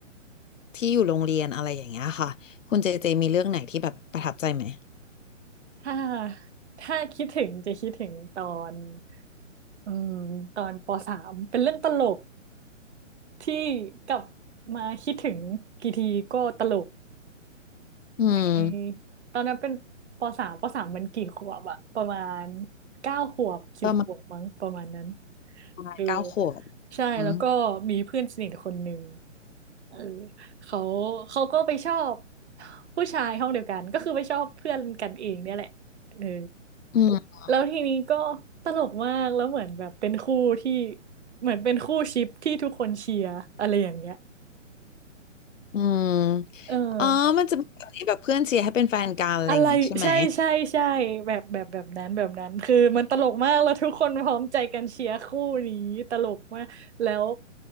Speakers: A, on the left; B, on the right.
A: ที่อยู่โรงเรียนอะไรอย่างเงี้ยค่ะคุณเจเจมีเรื่องไหนที่แบบประทับใจไหม
B: ถ้าถ้าคิดถึงจะคิดถึงตอนอืมตอนปสามเป็นเรื่องตลกที่กลับมาคิดถึง กี่ทีก็ตลก
A: อืม
B: ในตอนนั้นเป็นปสามปสามมันกี่ขวบอะประมาณเก้าขวบสิบขวบมั้งประมาณนั้น
A: ประมาณประมาณเก้าขวบ
B: เออใช่แล้วก็มีเพื่อนสนิทคนหนึ่ง
A: อืม
B: เออเขาเขาก็ไปชอบผู้ชายห้องเดียวกันก็คือไปชอบเพื่อนกันเองเนี่ยแหละเออ
A: อืม
B: แล้วทีนี้ก็ตลกมากแล้วเหมือนแบบเป็นคู่ที่เหมือนเป็นคู่ชิปที่ทุกคนเชียร์อะไรอย่างเงี้ย
A: อืม
B: เออ
A: อ๋อมันจะมีแบบนี้แบบเพื่อนเชียร์ให้เป็นแฟนกันอะไรอย่างงี้ใช่ไหม
B: อะไรใช่ใช่ใช่แบบแบบแบบนั้นแบบนั้นคือมันตลกมากแล้วทุกคนพร้อมใจกันเชียร์คู่นี้ตลกมากแล้ว